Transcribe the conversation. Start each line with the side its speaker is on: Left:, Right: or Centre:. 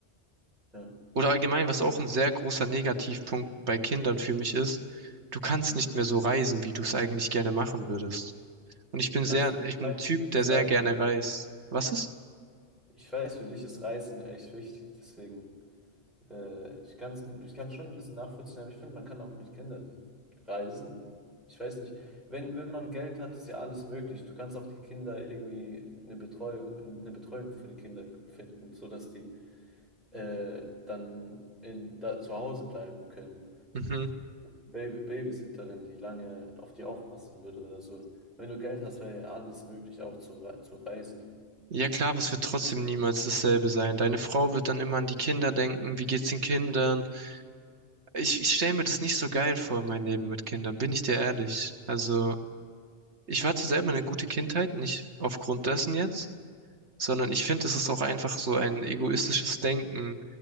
Centre: ja.
Right: Oder allgemein, was auch ein sehr großer Negativpunkt bei Kindern für mich ist, du kannst
Centre: Mhm.
Right: nicht mehr so reisen, wie du es eigentlich gerne machen würdest. Und ich bin sehr,
Centre: Also
Right: ich
Centre: ich
Right: bin
Centre: weiß,
Right: ein Typ,
Centre: für dich
Right: der
Centre: ist
Right: sehr
Centre: Reisen.
Right: gerne reist. Was ist?
Centre: Ich weiß, für dich ist Reisen echt wichtig, deswegen. Äh, ich kann es ich kann's schon ein bisschen nachvollziehen, aber ich finde, man kann auch mit Kindern reisen. Ich weiß nicht, wenn, wenn man Geld hat, ist ja alles möglich. Du kannst auch die Kinder irgendwie eine Betreuung, eine Betreuung für die Kinder finden, sodass die äh, dann in, da zu Hause bleiben können.
Right: Mhm.
Centre: Baby, Babysitterin, die lange auf die aufpassen würde oder so. Wenn du Geld hast, wäre ja alles möglich, auch zu, rei- zu reisen.
Right: Ja klar, aber es wird trotzdem niemals dasselbe sein. Deine Frau wird dann immer an die Kinder denken. Wie geht's den Kindern? Ich, ich stelle mir das nicht so geil vor, mein Leben mit Kindern, bin ich dir ehrlich. Also. ich hatte
Centre: Ja,
Right: selber eine gute Kindheit, nicht aufgrund dessen jetzt, sondern ich finde, es ist auch einfach so ein egoistisches Denken,